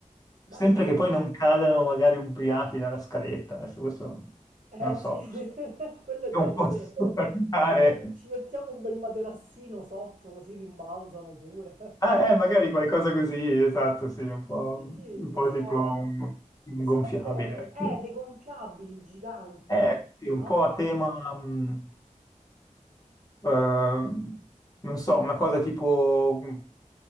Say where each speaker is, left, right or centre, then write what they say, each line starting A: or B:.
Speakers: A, on the right (about 80°); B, on the left (about 30°).
A: Bello,
B: sempre
A: bello.
B: che poi non cadano magari ubriachi dalla scaletta, adesso questo
A: Eh
B: non lo so.
A: sì, <laughs> quello è
B: non
A: da vedere.
B: posso <laughs> guardare.
A: Ci mettiamo un bel materassino sotto così rimbalzano pure. <laughs>
B: Ah, eh, magari qualcosa così, esatto, sì, un po',
A: Sì, sì,
B: un
A: posso,
B: po' tipo un, un
A: posso
B: gonfiabile.
A: mettere eh, dei gonfiabili giganti,
B: Eh, sì, un
A: no?
B: po' a tema, mh, eh, non so, una cosa tipo mh,